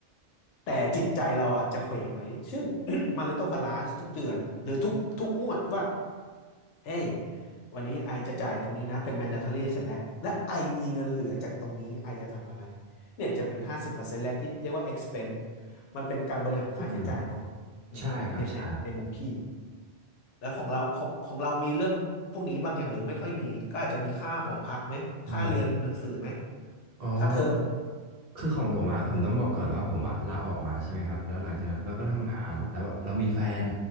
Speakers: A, on the left; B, on the right.
A: แต่จิตใจเราอ่ะจะเขวไหมซึ่ง <coughs> มันเลยต้องบาลานซ์ทุกเดือนหรือทุกทุกงวดว่าเฮ้ยวันนี้ไอจะจ่ายตรงนี้นะเป็น mandatory เสร็จแล้ว และไอมีเงินเหลือจากตรงนี้ไอจะทำอะไรเนี่ยจะเป็นห้าสิบเปอร์เซ็นต์แรกที่เรียกว่า expense มันเป็นการบริหารค่าใช้จ่ายเนาะ
B: อืม
A: อืมเนี่ยเนี่ยในมุมพี่
B: ใช่ครับใช่ครับ
A: แล้วของเราของของเรามีเรื่องพวกนี้บ้างอย่างหรือไม่ค่อยมี ก็อาจจะมีค่าหอพักไหมค่าเรียนหนังสือไหม
B: โอ้โหอ๋อ
A: ค่าเทอม
B: คือของผมอะผมต้องบอกก่อนว่าผมอะลาออกมาใช่ไหมครับแล้วหลังจากนั้นเราก็ทำงานแล้วแบบเรามีแฟน
A: อืม